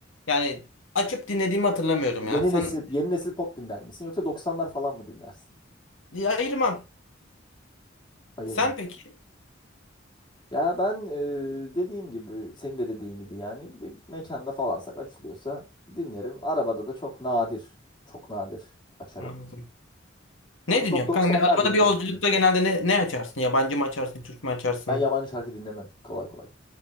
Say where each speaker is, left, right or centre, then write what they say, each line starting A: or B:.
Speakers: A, on the left; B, on the left.
A: yani açıp dinlediğimi hatırlamıyorum ya.
B: Yeni
A: Sen
B: nesil yeni nesil pop dinler misin yoksa doksanlar falan mı dinlersin?
A: Diye ayırmam.
B: Ayırma.
A: Sen peki?
B: Ya ben e, dediğim gibi, senin de dediğin gibi yani bir mekanda falansak açılıyorsa dinlerim. Arabada da çok nadir, çok nadir açarım.
A: Anladım.
B: Ama
A: Ne dinliyorsun?
B: çok 90'lar
A: Kanka, arabada
B: dinlerim.
A: bir yolculukta
B: işte.
A: genelde ne, ne açarsın? Yabancı mı açarsın? Türk mü açarsın?
B: Ben yabancı şarkı dinlemem kolay kolay.